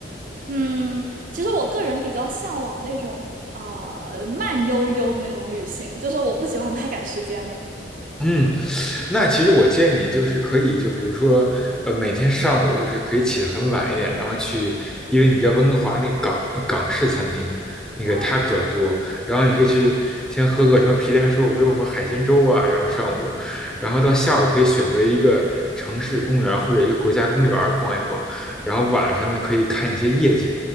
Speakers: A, on the right; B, in the centre.
A: 嗯，其实我个人比较向往那种啊慢悠悠的那种旅行，就是我不喜欢太赶时间的。
B: 嗯，那其实我建议你就是可以，就比如说，呃，每天上午就是可以起得很晚一点，然后去，因为你知道温哥华那港那港式餐厅，那个它比较多，
A: 哇，
B: 然后你可以去先喝个什么皮蛋瘦肉粥或者海鲜粥啊，然后上午，然后到下午可以选择一个城市公园或者一个国家公园逛一逛，然后晚上呢可以看一些夜景。